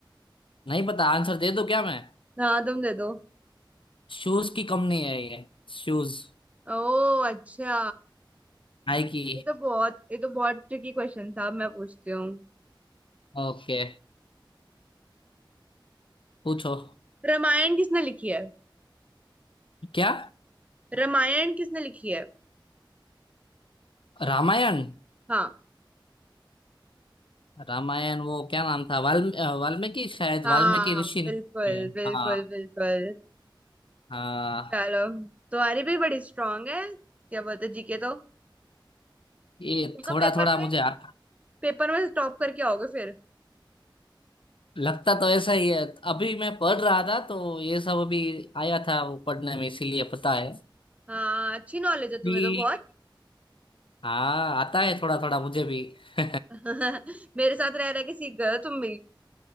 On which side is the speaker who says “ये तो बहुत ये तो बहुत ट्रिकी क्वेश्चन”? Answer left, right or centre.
Right